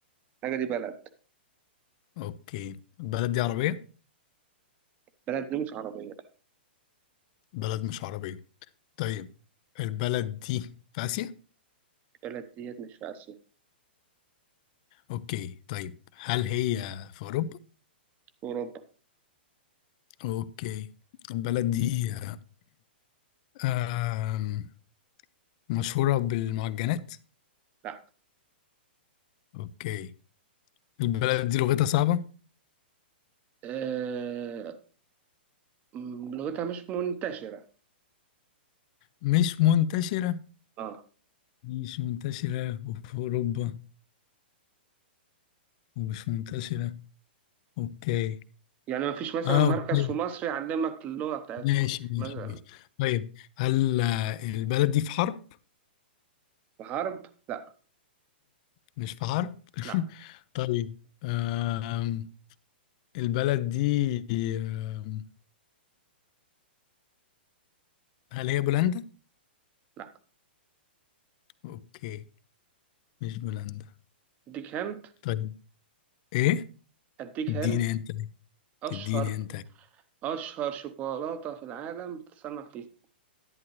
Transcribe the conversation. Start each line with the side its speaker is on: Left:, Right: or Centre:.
Right: الحاجة دي بلد
Left: أوكي البلد دي عربية
Right: بلد دي مش عربية لا
Left: بلد مش عربية طيب البلد دي في آسيا
Right: بلد ديت مش في آسيا في
Left: أوكي طيب هل هي في أوروبا
Right: أوروبا
Left: أوكي البلد دي آه <clears throat> آم، مشهورة بالمعجنات
Right: لا
Left: أوكي البلد دي لغتها صعبة
Right: أه... م- لغتها مش منتشرة
Left: مش منتشرة
Right: أه
Left: مش منتشرة وفي أوروبا ومش منتشرة أوكي
Right: يعني مفيش مثلا
Left: آه
Right: مركز
Left: أوكي
Right: في مصر يعلمك اللغة بتاعتهم
Left: ماشي ماشي
Right: مثلا
Left: ماشي طيب هل آه، البلد دي في حرب؟
Right: في حرب لا
Left: مش في حرب؟ <laughs>
Right: لا
Left: طيب آم، البلد دي آم، هل هي بولندا؟
Right: لا
Left: أوكي مش بولندا
Right: اديك هنت
Left: طيب إيه؟
Right: اديك
Left: اديني
Right: هنت
Left: أنت
Right: اشهر
Left: اديني أنت
Right: اشهر شوكولاته في العالم بتتصنع فيه